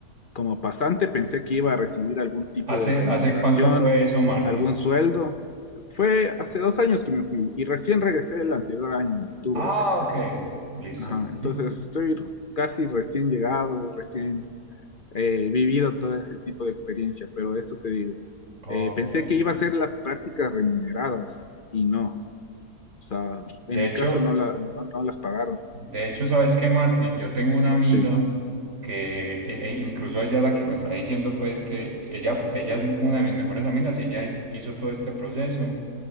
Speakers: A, on the left; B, on the right.
A: como pasante pensé que iba a recibir algún tipo
B: ¿Hace,
A: de remuneración,
B: hace cuánto fue eso, Martín?
A: algún sueldo. Fue hace dos años que me fui y recién regresé el anterior año, en octubre
B: Ah,
A: regresé.
B: ok. Listo.
A: Ajá,
B: Ujú.
A: entonces estoy casi recién llegado, recién eh, vivido todo ese tipo de experiencia, pero eso te digo.
B: Ok.
A: Eh, pensé que iba a ser las prácticas remuneradas y no. O sea, en
B: De
A: mi
B: hecho,
A: caso no, la, no, no las pagaron.
B: De hecho, ¿sabes qué, Martín? Yo tengo una amiga
A: Sí,
B: que e- e incluso ella es la que me está diciendo pues que ella, ella es una de mis mejores amigas y ella es- hizo todo este proceso.